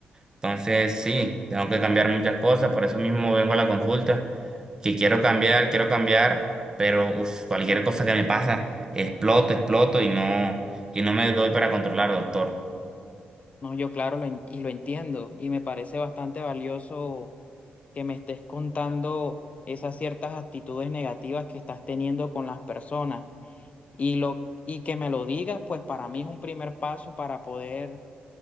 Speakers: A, on the right; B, on the left.
A: Entonces, sí, tengo que cambiar muchas cosas, por eso mismo vengo a la consulta, que quiero cambiar, quiero cambiar, pero uf, cualquier cosa que me pasa, exploto, exploto y no, y no me doy para controlar, doctor.
B: No, yo claro, lo en- y lo entiendo, y me parece bastante valioso que me estés contando esas ciertas actitudes negativas que estás teniendo con las personas y lo y que me lo digas, pues para mí es un primer paso para poder